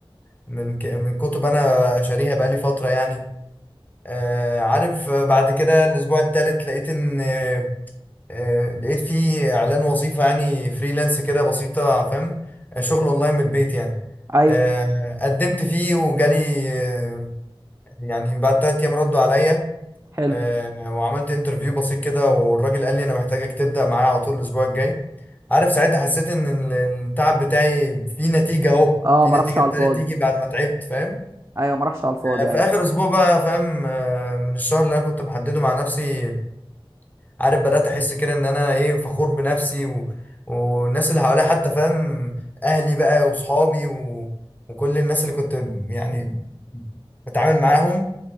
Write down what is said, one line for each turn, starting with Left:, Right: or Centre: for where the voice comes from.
Left: من ك- من كتب انا شاريها بقالي فترة يعني آه، عارف بعد كده الاسبوع التالت لقيت ان آه، آه، لقيت في اعلان وظيفة يعني فريلانس كده بسيطة فاهم شغل اونلاين من البيت يعني
Right: ايوه
Left: آه، قدمت فيه وجالي آه، يعني بعد تلات أيام ردوا عليا
Right: حلو
Left: آه، وعملت انترفيو بسيط كده والراجل قال لي أنا محتاجك تبدأ معايا على طول الأسبوع الجاي عارف ساعتها حسيت إن ال- التعب بتاعي فيه نتيجة أهو
Right: اه
Left: في
Right: ما
Left: نتيجة
Right: راحش على
Left: ابتدت
Right: الفاضي
Left: تيجي بعد ما تعبت فاهم
Right: ايوه ما راحش على الفاضي
Left: آه، في
Right: ايوه
Left: آخر أسبوع بقى فاهم آه، من الشهر اللي أنا كنت محدده مع نفسي عارف بدأت أحس كده إن أنا إيه فخور بنفسي و... والناس اللي حواليا حتى فاهم أهلي بقى وصحابي و... وكل الناس اللي كنت يعني بتعامل معاهم